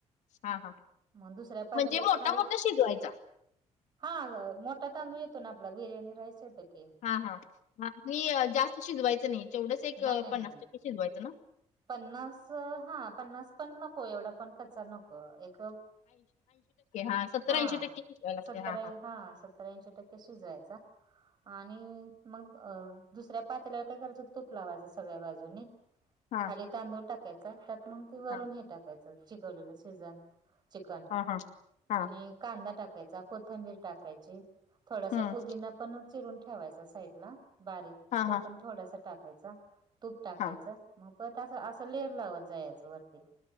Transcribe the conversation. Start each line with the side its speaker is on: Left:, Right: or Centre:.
Left: हां, हां.
Right: मग दुसऱ्या पातिल्यात
Left: म्हणजे मोठा-मोठा
Right: खाली
Left: शिजवायचा.
Right: हा मोठा तांदूळ येतो ना आपला बिर्याणी राईस येतो की
Left: हा हा म जास्त शिजवायचं नाही जेवढंच एक
Right: नाही नाही
Left: पन्नास
Right: नाही नाही
Left: टक्के शिजवायचं ना
Right: पन्नास हा पन्नास पण नको एवढा पण कच नको एक
Left: हां,
Right: हा
Left: शिजवायला लागते.
Right: सत्तरा
Left: हां, हां,
Right: हा सत्तर्याऐंशी टक्के शिजवायचा आणि मग अ दुसऱ्या पात्याला काय करायचं तूप लावायचं सगळ्या बाजूनी
Left: हां,
Right: खाली तांदूळ टाकायचा त्यात मग ते वरून
Left: हां,
Right: हे टाकायच चिकवलेलं सिजन चिकन
Left: हां, हां, हां, हां,
Right: आणि कांदा टाकायचा कोथंबीर टाकायची थोडासा
Left: हं.
Right: पुदीना पण चिरून ठेवायचा साईड ला बारीक
Left: हां,
Right: तो
Left: हां,
Right: पण थोडासा टाकायच तूप टाकायचं
Left: हां,
Right: मग पत असं असं लेअर लावत जायचं वरती